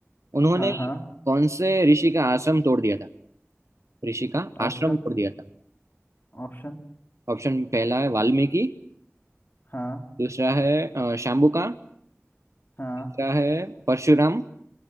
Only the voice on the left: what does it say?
हाँ हाँ
Option
option
हाँ
हाँ